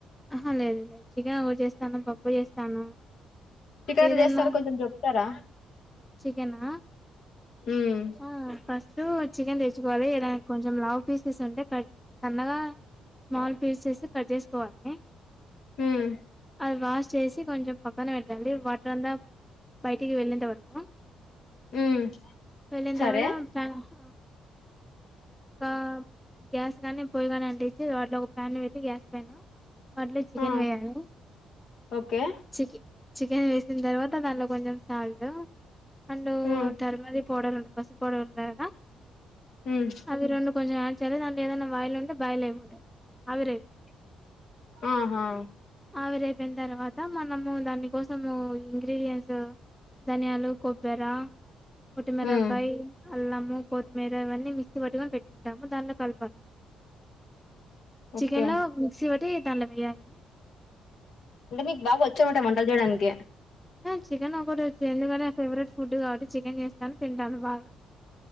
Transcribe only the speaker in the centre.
అహ లేదు లేదు చికెన్ ఓటి చేస్తాను పప్పు చేస్తాను
ఏదన్నా
చికెనా
ఆ ఫస్ట్ చికెన్ తెచ్చుకోవాలి కొంచెం లా వు పీసెస్ అంటే కట్ సన్నగా స్మాల్ పీసెస్ కట్ జేసుకోవాలి
అది వాష్ చేసి కొంచెం పక్కన పెట్టాలడి వాటర్ అంతా బయటికి వెళ్ళేంత వరకు <unintelligible>
ఒక గ్యాస్ గాని పొయ్య గాని అంటచ్చి వాటిలో ఒక ప్యాన్ పెట్టి గ్యాస్ పైన దాంట్లో మీ చికెన్
వేయాలి
చె చికెన్ వేసిన తర్వాత దాలో కొంచెం salt and
turmeric powder ఉంట పసుపు పౌడర్ ఉంటది గా
అవి రెండు కొంచెం యాడ్ చేయాలి దాంట్లో ఏదైనా వాయలు ఉంటే బయలు అయిపోతాయి ఆవిరైపోతాయి
అవిరయిపోయిన తర్వాత అ మనము దాని కోసము ఇంగ్రీడియన్స్ ధనియాలు కొబ్బర వట్టిమిరపకాయ్
అల్లము కొత్తిమీర ఇవన్నీ మిక్సి పట్టుకొని పెట్టుకుంటాము దానిలో కలపాలి
చికెన్ లో మిక్సీ బట్టి దానిలో వేయలీ
ఆ చికెన్ ఒకటి వచ్చు ఎందుకంటే నా ఫేవరెట్ ఫుడ్ కాబట్టి చికెన్ చేస్తాను తింటాను బాగా